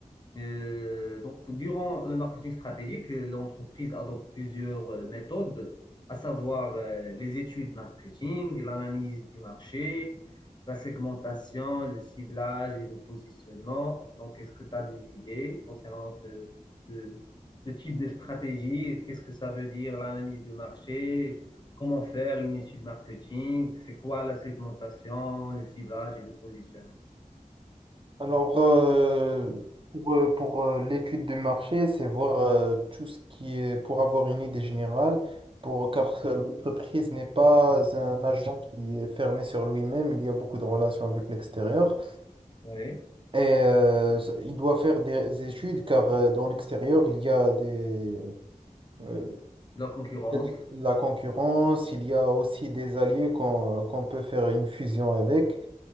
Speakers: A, on the left; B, on the right.
A: euh, donc, durant le marketing stratégique, l'entreprise adopte plusieurs euh, méthodes, à savoir euh, les études marketing, l'analyse du marché, la segmentation, le ciblage et le positionnement. Donc, est-ce que tu as des idées concernant ce, ce- ce type de stratégie? Qu'est-ce que ça veut dire l'analyse du marché? Comment faire une étude marketing? C'est quoi la segmentation, le ciblage et le positionnement?
B: Alors, euh, pour, euh, pour, euh, l'étude du marché, c'est voir euh, tout ce qui est pour avoir une idée générale, pour, car euh, l'entreprise n'est pas un agent qui est fermé sur lui-même, il y a beaucoup de relations avec l'extérieur.
A: Oui.
B: Et euh, c- il doit faire des études, car euh, dans l'extérieur, il y a des, euh,
A: La concurrence?
B: il y a des- la concurrence, il y a aussi des alliés qu'on euh, qu'on peut faire une fusion avec.